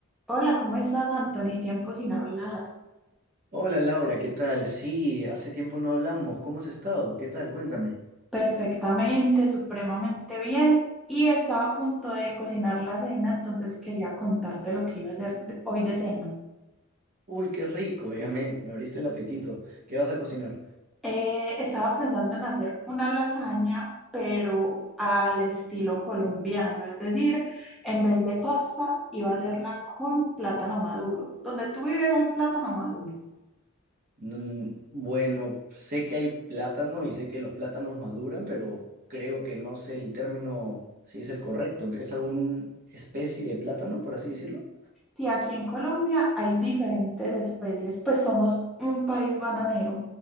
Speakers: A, in the centre; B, on the right (about 40°).
A: Hola, ¿cómo estás, Anthony? Tiempo sin hablar.
B: Hola Laura, ¿qué tal? Sí, hace tiempo no hablamos. ¿Cómo has estado? ¿Qué tal? Cuéntame.
A: Perfectamente, supremamente bien. Y estaba a punto de cocinar la cena, entonces quería contarte lo que iba a hacer de- hoy de cena.
B: Uy, qué rico, ya me, me abriste el apetito. ¿Qué vas a cocinar?
A: Eh, estaba pensando en hacer una lasaña, pero al estilo colombiano, es decir, en vez de pasta, iba a hacerla con plátano maduro. Donde tú vives hay plátano maduro.
B: Mm, bueno, sé que hay plátano y sé que los plátanos maduran, pero creo que no sé el término si es el correcto. ¿Es alguna especie de plátano, por así decirlo?
A: Si aquí en Colombia hay diferentes especies, pues somos un país bananero,